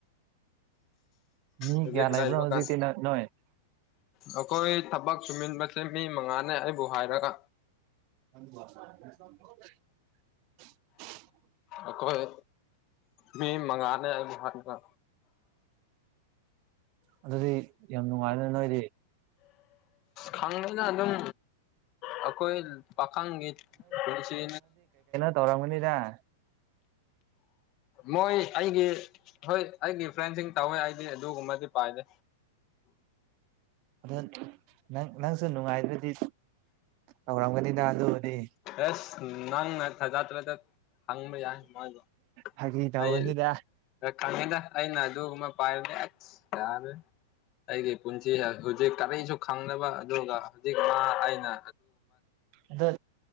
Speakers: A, on the right (about 40°); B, on the left (about 35°).
A: ꯃꯤ
B: ꯍꯧꯖꯤꯛ
A: ꯀ꯭ꯌꯥ ꯂꯩꯕ꯭ꯔꯣ
B: ꯂꯩꯕ
A: ꯍꯧꯖꯤꯇꯤ
B: ꯀꯥꯟ
A: ꯅꯣꯏ
B: ꯑꯩꯈꯣꯏ ꯊꯕꯛ ꯁꯨꯃꯤꯟꯕꯁꯦ ꯃꯤ ꯃꯉꯥꯅꯦ ꯑꯩꯕꯨ ꯍꯥꯏꯔꯒ
A: <unintelligible>
B: ꯑꯣꯈꯣꯏ ꯃꯤ ꯃꯉꯥꯅꯦ ꯍꯥꯏꯕ
A: ꯑꯗꯨꯗꯤ ꯌꯥꯝ ꯅꯨꯡꯉꯥꯏꯗ ꯅꯣꯏꯗꯤ
B: ꯈꯪꯅꯦꯅ ꯑꯗꯨꯝ ꯑꯩꯈꯣꯏ ꯄꯥꯈꯪꯒꯤ ꯄꯨꯁꯤ
A: ꯇꯧꯔꯥꯡꯃꯅꯤꯗ
B: ꯃꯣꯏ ꯑꯩꯒꯤ ꯍꯣꯏ ꯑꯩꯒꯤ ꯐ꯭ꯔꯦꯟꯁꯤꯡ ꯇꯧꯋꯦ ꯑꯩꯗꯤ ꯑꯗꯨꯒꯨꯝꯕꯗꯤ ꯄꯥꯏꯗꯦ
A: ꯑꯗꯣ ꯅꯪ ꯅꯪꯁꯨ ꯅꯨꯡꯉꯥꯏꯗ꯭ꯔꯗꯤ ꯇꯧꯔꯝꯒꯅꯤꯗ ꯑꯗꯨꯕꯨꯗꯤ
B: ꯑꯁ ꯅꯪꯅ ꯊꯥꯖ ꯇ꯭ꯔꯗ ꯍꯪꯕ ꯌꯥꯏ ꯃꯣꯏꯗꯣ
A: ꯐꯥꯒꯤ ꯇꯧꯕꯅꯤꯗ
B: ꯑꯩ ꯈꯪꯉꯦꯗ ꯑꯩꯅ ꯑꯗꯨꯒꯨꯝꯕ ꯄꯥꯏꯕꯅꯦ ꯑꯁ ꯌꯥꯔ ꯑꯩꯒꯤ ꯄꯨꯟꯁꯤ ꯍꯧꯖꯤꯛ ꯀꯔꯤꯁꯨ ꯈꯪꯅꯕ ꯑꯗꯨꯒ ꯍꯧꯖꯤꯛ ꯃꯥ ꯑꯩꯅ
A: ꯑꯗ